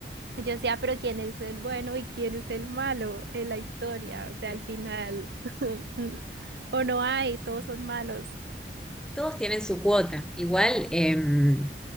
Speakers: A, on the right; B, in the centre.
A: yo decía, pero ¿quién es el bueno y quién es el malo en la historia?
B: <laughs>
A: O sea, al final, <laughs> o no hay,
B: Sí.
A: todos son malos.
B: Todos tienen su cuota. Igual, em,